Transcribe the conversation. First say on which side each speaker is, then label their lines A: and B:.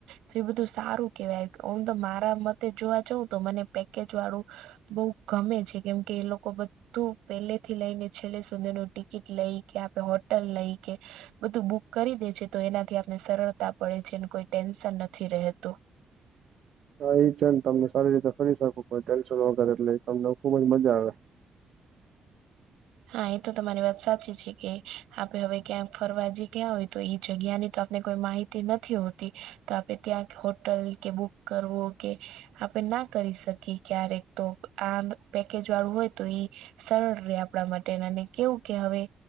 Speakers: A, on the right (about 80°); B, on the right (about 65°).
A: તો એ બધું સારું કેવાય આવ તો મારા મત તે જોવા જો તો મને પેકેજ વાળું બઉ ગમે છે કેમ કે એ લોકો તું પેલે થી લઈને છેલ્લે સુધીને ને ટિકિટ લઈ કે આપે હોટલ લઈ કે બધું બુક કરી દે છે તો એનાથી આપને સરળતા પડે છે કોઈ ટેન્શન નથી રહેતું.
B: હા એ છે ને તમને સારી રીતે ફરી શકું કોઈ ટેન્શન વગેરે એટલે તમને ખૂબ જ મજા આવે.
A: હા એ તો તમારી વાત સાચી છે કે આપે હવે ક્યાં ફરવા જઈ ગયા હોય તો એ જગ્યા ની તો આપને કોઈ માહિતી તે નથી હોતી તો આપે ત્યાં હોટલ કે બુક કરવું કે. આપણે ના કરી શકીએ ક્યારેક તો આ પેકેજ વાળું હોય તો ઈ સરળ રે આપણા માટે અને કેવું કે હવે